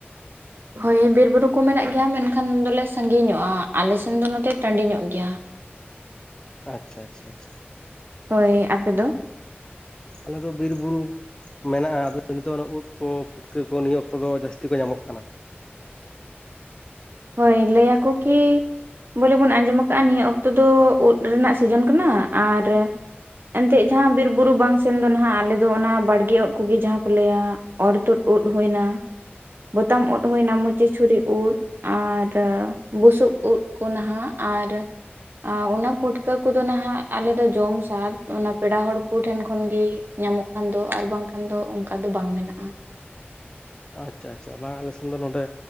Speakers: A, on the right (about 55°); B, on the left (about 20°).
A: ᱦᱳᱭ ᱵᱤᱨ ᱵᱩᱨᱩ ᱠᱚ ᱢᱮᱱᱟᱜ ᱜᱮᱭᱟ ᱢᱮᱱᱠᱷᱟᱱ ᱫᱚᱞᱮ ᱥᱟᱺᱜᱤᱧᱚᱜᱼᱟ, ᱟᱞᱮ ᱥᱮᱱ ᱫᱚ ᱱᱚᱛᱮ ᱴᱟᱺᱰᱤ ᱧᱚᱜ ᱜᱮᱭᱟ᱾
B: ᱟᱪᱪᱷᱟ ᱟᱪᱪᱷᱟ ᱟᱪᱪᱷᱟ᱾
A: ᱦᱳᱭ ᱟᱯᱮ ᱫᱚ?
B: ᱟᱞᱮ ᱫᱚ ᱵᱤᱨ ᱵᱩᱨᱩ ᱢᱮᱱᱟᱜᱼᱟ ᱟᱫᱚ ᱱᱤᱛᱚᱜ ᱩᱫ ᱠᱚ ᱯᱷᱩᱴᱠᱟᱹ ᱠᱚ ᱱᱤᱭᱟᱹ ᱚᱠᱛᱚ ᱫᱚ ᱡᱟᱹᱥᱛᱤ ᱠᱚ ᱧᱟᱢᱚᱜ ᱠᱟᱱᱟ᱾
A: ᱦᱳᱭ ᱞᱟᱹᱭ ᱟᱠᱚ ᱠᱤ ᱵᱚᱞᱮ ᱵᱚᱱ ᱟᱸᱡᱚᱢ ᱠᱟᱜᱼᱟ ᱱᱤᱭᱟᱹ ᱚᱠᱛᱚ ᱫᱚ ᱩᱫ ᱨᱮᱱᱟᱜ ᱥᱤᱡᱚᱱ ᱠᱟᱱᱟ ᱟᱨ ᱮᱱᱛᱮᱫ ᱡᱟᱦᱟᱸ ᱵᱤᱨ ᱵᱩᱨᱩ ᱵᱟᱝ ᱥᱮᱱ ᱫᱚ ᱱᱟᱦᱟᱜ ᱟᱞᱮᱫᱚ ᱚᱱᱟ ᱵᱟᱲᱜᱮ ᱚᱜ ᱠᱚᱜᱮ ᱡᱟᱦᱟᱸ ᱠᱚ ᱞᱟᱹᱭᱟ ᱾ ᱚᱨ ᱛᱩᱫ ᱩᱫᱽ ᱦᱩᱭᱱᱟ ᱵᱚᱛᱟᱢ ᱩᱫᱽ ᱦᱩᱭᱱᱟ ᱢᱩᱪᱷᱚ ᱪᱷᱩᱨᱤ ᱩᱫᱽ᱾ ᱟᱨ ᱵᱩᱥᱩᱵ ᱩᱫᱽ ᱠᱚ ᱱᱟᱦᱟᱸᱜ ᱟᱨ ᱟᱨ ᱚᱱᱟ ᱯᱩᱴᱠᱟᱹ ᱠᱚᱫᱚ ᱱᱟᱦᱟᱸᱜ ᱟᱞᱮ ᱫᱚ ᱡᱚᱢ ᱥᱟᱫ ᱚᱱᱟ ᱯᱮᱲᱟ ᱦᱚᱲ ᱠᱚ ᱴᱷᱮᱱ ᱠᱷᱚᱱ ᱜᱤ ᱧᱟᱢᱚᱜ ᱠᱷᱟᱱ ᱫᱚ, ᱟᱨ ᱵᱟᱝᱠᱷᱟᱱ ᱫᱚ ᱚᱱᱠᱟ ᱫᱚ ᱵᱟᱝ ᱢᱮᱱᱟᱜᱼᱟ᱾
B: ᱟᱪᱪᱷᱟ ᱟᱪᱪᱷᱟ ᱵᱟᱝ ᱟᱞᱮ ᱥᱮᱱ ᱫᱚ ᱱᱚᱰᱮ